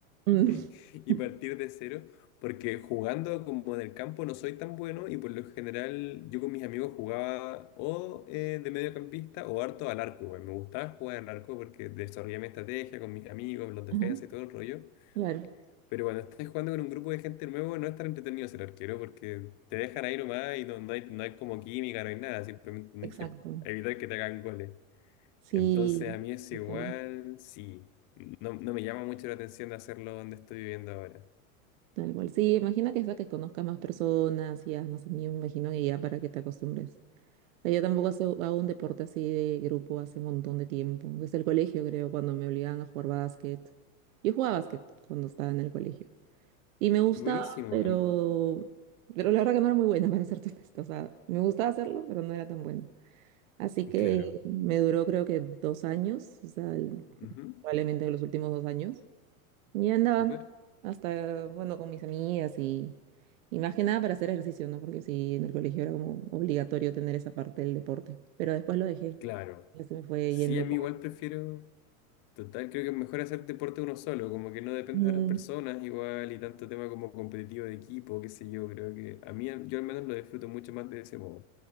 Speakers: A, on the right; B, on the left.
A: Mm. <laughs>
B: <laughs> y partir de cero, porque jugando como en el campo no soy tan bueno y por lo general yo con mis amigos jugaba o eh, de mediocampista o harto al arco, güey. Me gustaba jugar al arco porque desarrollé mi estrategia con mis amigos, los defensas
A: Ajá,
B: y todo el rollo.
A: claro,
B: Pero cuando estés jugando con un grupo de gente nuevo, no es tan entretenido ser arquero porque te dejan ahí nomás y no, no hay, no hay como química, no hay nada, simplemente tenés
A: exacto.
B: que evitar que te hagan goles.
A: Sí,
B: Entonces a mí es
A: tal
B: igual,
A: cual,
B: sí, no, no me llama mucho la atención de hacerlo donde estoy viviendo ahora.
A: tal cual. Sí, imagina que es para que conozcas más personas y haz más amigos, me imagino que ya para que te acostumbres. O sea, yo tampoco hace- hago un deporte así de grupo hace un montón de tiempo. Desde el colegio, creo, cuando me obligaban a jugar básquet. Yo jugaba básquet cuando estaba en el colegio. Y me gustaba,
B: Buenísimo,
A: pero,
B: a
A: pero la verdad que no era muy buena, <laughs> para serte honesta. O sea, me gustaba hacerlo, pero no era tan buena. Así que
B: claro,
A: me duró creo que dos años, o sea, el-
B: ujú,
A: probablemente los últimos dos años. Y andaba
B: súper,
A: hasta, bueno, con mis amigas y, y más que nada para hacer ejercicio, ¿no? Porque sí, en el colegio era como obligatorio tener esa parte del deporte. Pero después lo dejé.
B: claro.
A: Ya se me fue
B: Sí,
A: yendo
B: a
A: poco.
B: mí igual prefiero. Total, creo que es mejor hacer deporte uno solo, como que no depende
A: Mm,
B: de otras personas igual y tanto tema como competitivo de equipo, qué sé yo, creo que a mí al- yo al menos lo disfruto mucho más de ese modo.